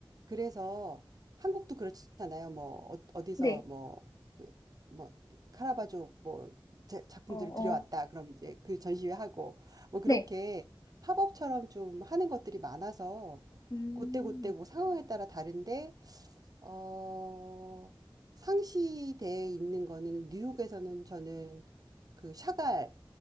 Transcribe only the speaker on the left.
네.
어, 어,
네.
음,